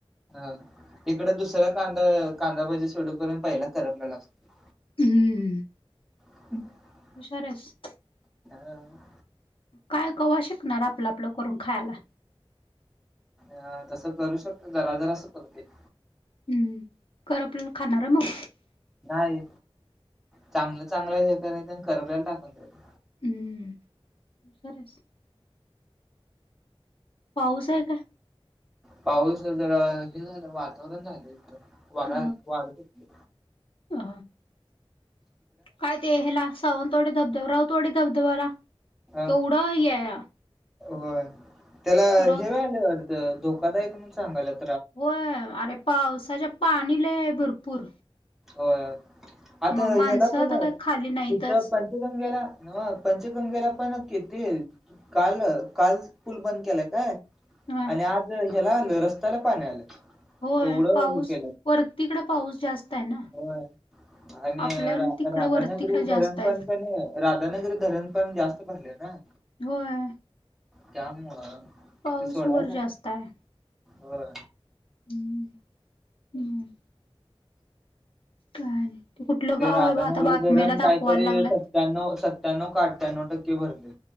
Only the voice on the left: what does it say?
हम्म्म
हुशार आहेस.
काय कवा शिकणार आपलं आपलं करून खायला.
हम् करपलेल खाणार होय मग
हम्म <unintelligible> पाऊस आहे काय?
अ
अ काय ते हे ला सावंतवाडी धब धब राऊतवाडी धबधबाला
केव्हढं हे हाय
राऊत
होय आणि पावसाच्या पाणी लय हाय भरपूर
म
माणसं
आता
काय खाली नाहीतच
ह
होय
पाऊस
वरतीकडं पाऊस जास्त आहे ना
आपल्या
तिकडं
वर तिकडं जास्त
आहेत
होय.
पाऊस
वर जास्त आहे
हम्म हम्म. काय कुठलं
गाव
आहे बा आता बातमीला
दाखवायला
लागल्यात